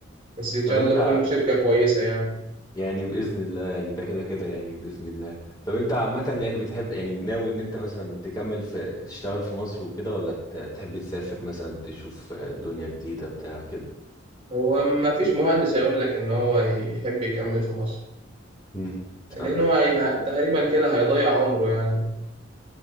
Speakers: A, on the right; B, on the left.
A: بس إن
B: طب
A: شاء الله
B: انت
A: تكون شركة كويسة يعني
B: يعني بإذن الله يعني ده كده كده يعني بإذن الله طب انت عامة يعني بتحب يعني ناوي ان انت مثلا تكمل في تشتغل في مصر وكده ولا ت- تحب تسافر مثلا تشوف دنيا جديدة بتاع كده
A: هو ما فيش مهندس هيقول لك ان هو يحب يكمل في مصر
B: امم
A: لان
B: فاهم
A: هو هي... تقريبا كده هيضيع عمره يعني